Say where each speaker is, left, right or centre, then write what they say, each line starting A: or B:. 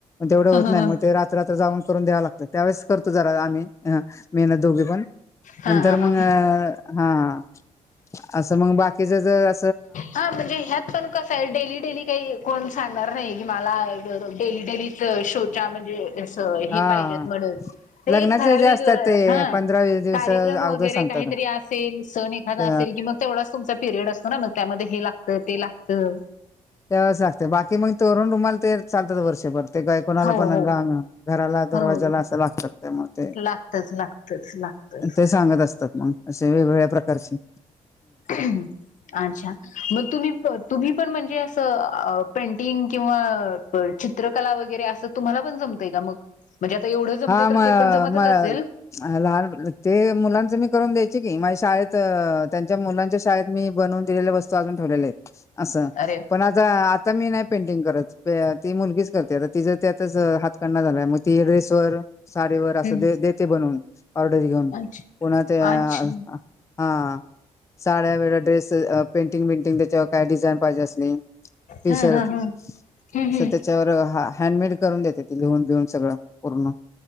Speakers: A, on the left; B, on the left.
A: तेवढं होत नाही
B: ह
A: मग तेऽऽ करून द्याव लागत,, त्यावेळेस करतो जरा आम्ही मेहनत, दोघे पण,
B: हा
A: नंतर
B: हा
A: मग
B: हा
A: अं, हा हा, असं मग बाकीच जऽऽ
B: हा, म्हणजे ह्यात पण कसयं, डेली, डेली काही कोण सांगणार नाही की मलाऽऽ डेली डे, लीत शोच्या म्हणजेऽऽ सं हे
A: हा
B: पाहिजेत म्हणून,, ते
A: लग्नाचे
B: एक ठराविक,
A: जे असतात ते
B: हं,
A: पंधरा वीस दिवस
B: कार्यक्रम
A: अगोदर
B: वगैरे
A: सांगतात
B: काऽऽ काहीतरी असेल, सण एखादा
A: ते
B: असेल, कि मग तेवढाच तुमचा पिरियड असतो ना मऽ त्यामध्ये हे लागतं, ते लागतं
A: तेवाच लागते, बाकी मग तोरण रुमाल तेन चालतात वर्षभर. ते गय कोणाला
B: हो
A: पण
B: हो
A: घा घराला दरवाजाला
B: हो
A: असं लागतात त्या म ते.
B: लागतच लागतच लागतच
A: ते सांगत असतात मग, असे वेगवेगळ्या प्रकारचेऽ
B: अच्छा,, मग तुम्ही, तुम्ही पण म्हणजेऽ असं अं पेंटिंग किंवा ब चित्रकला वगैरे असं तुम्हाला पण जमतय का मग, म्हणजे आता एवढं जमते
A: हां,,
B: तर
A: म
B: ते पण जमतच
A: म
B: असेल
A: लहान ते मुलांच मी करून द्यायचे की माझ्या शाळेत, अं ऽऽत्यांच्या मुलांच्या शाळेत मी बनवून दिलेल्या वस्तू अजून ठेवलेले हाइत. असं,,
B: अरे
A: पण आताऽ आता मी नाही पेंटिंग करत,, ती मुलगीच करत्या आता तिजं त्यातच हातकंडा झालाय, मग ती ्रेसऽऽ साडीवर असं
B: हम्म
A: ते देते बनवून, ऑर्डरी घेऊन,
B: अच्छा
A: पुन्हा तेऽअं
B: अच्छा
A: हां,, साड्या वेळं ड्रेस अं पेंटिंग, बेंटिंग त्याच्यावर काय डिझाईन पाहिजे असेल. टी
B: हा
A: शर्ट,,
B: हा हा हम्म
A: असं
B: हम्म.
A: त्याच्यावर हँडमेड करून देते, त लिहून बिहून सगळं, पूर्ण,